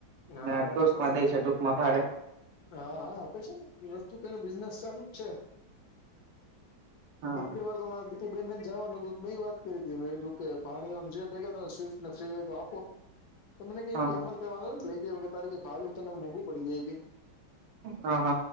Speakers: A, on the left; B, on the right.
A: હા
B: ના ટુર્સ
A: એ તો
B: માંટે છે ટૂંકમાં ભાડે.
A: હા હા આપે છે ન વસ્તુ તેને બિઝનેસ ચાલુ જ છે.
B: હા
A: એક બે વાર તો હું આ દીપી બેન ને જવાનું તું મે એ વાત કરી તી મેં કીધું કે ભાણિયો ને જે ભેગા થા સ્વિફ્ટને ફ્રી હોય તો આપો. તો મને કે
B: હા
A: ઈકે
B: હા
A: અમાર કાઇ વાંધો નથ લઈ જવી કે તારી કે ભાડું તને મોંઘું પડી જાય કે.
B: હા હ